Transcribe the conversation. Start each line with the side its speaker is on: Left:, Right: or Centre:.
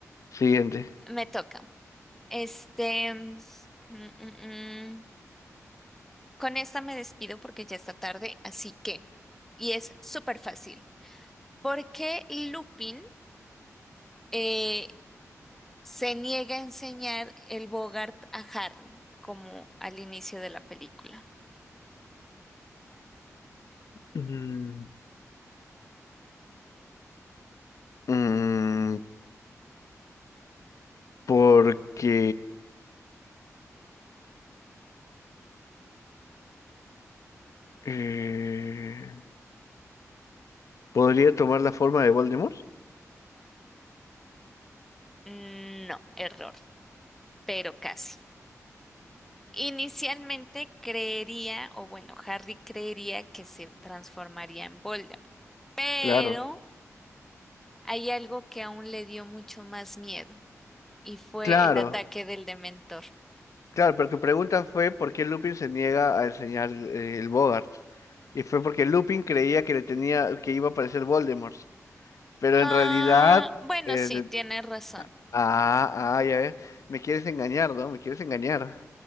Left: Siguiente.
Centre: me toca. Este, mm, mm, mm. Con esta me despido porque ya está tarde, así que, y es súper fácil. ¿Por qué Lupin? eh, se niega a enseñar el Bogart a Harry, como al inicio de la película.
Left: Mm, Mm, porque eh, podría tomar la forma de Voldemort.
Centre: No, error, pero casi. Inicialmente creería, o bueno, Harry creería que se transformaría en Voldemort, pero
Left: Claro,
Centre: hay algo que aún le dio mucho más miedo, y fue
Left: claro.
Centre: el ataque del Dementor.
Left: Claro, pero tu pregunta fue por qué Lupin se niega a enseñar eh, el Bogart. Y fue porque Lupin creía que le tenía, que iba a aparecer Voldemort. Pero
Centre: Ah,
Left: en realidad,
Centre: bueno,
Left: eh,
Centre: sí,
Left: le-
Centre: tiene razón.
Left: ah, ah, ya ves, me quieres engañar, ¿no? Me quieres engañar.